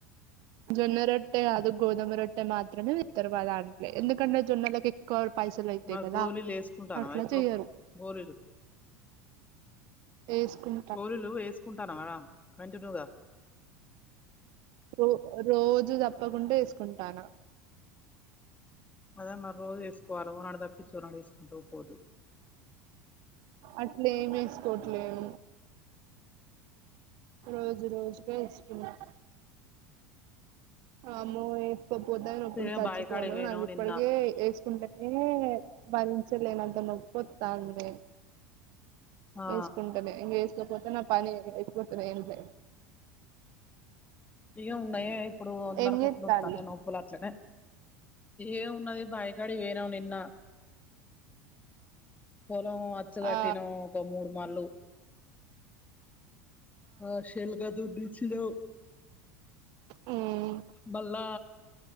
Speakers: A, on the right; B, on the left.
A: జొన్న రొట్టె కాదు గోదమ రొ ట్టె మాత్రమే ఇత్తారు మా దాంట్లో ఎందుకంటే జొన్నలకు ఎక్కువ పైసలు అయితాయి
B: మరి
A: కదా
B: గోళీలు వేసుకుంటానవా
A: అట్లా
B: ఇప్పుడు
A: చెయ్యరు
B: గోళీలు
A: ఎసుకుం
B: గోలీలు ఏసుకుంటున్నావా రా కంటిన్యూగా
A: రో రోజు తప్పకుండా ఎసుకుంటాన్నా
B: అదే మరి రోజు ఏసుకోవాల ఓనాడు తప్పించి ఓనాడు ఏసుకుంటూ పోదు
A: అట్లేం ఎసుకోట్లేను రోజు రోజుకే ఏసుకున్నా అమ్మో ఏసుకోపోతే నొప్పులకి
B: ఇగ
A: చచ్చిపోను
B: బాయికాడికి పోయినాం
A: నాకి ఇప్పటికే
B: నిన్న
A: ఏసు కుంటేేనే భరించలేనంత నొప్పి వత్తాంది
B: ఆ
A: ఏసుకుంటేనే ఇంగ ఏసుకోపోతే నా పని అయిపోతది ఏంలే
B: ఇగ ఉన్నాయే ఇప్పుడు అందరికు
A: ఏం చేత్తాలు
B: ఒత్తున్నాయి నోప్పులు అట్లనే ఏం ఉన్నది బాయి కాడ ఎనావ్ నిన్న పొలం అచ్చు కట్టినం
A: ఆ
B: ఒక మూడు మళ్ళు ఆ శెల్కా దుడ్డు ఇచ్చినవ్
A: మ్మ్
B: మళ్ళా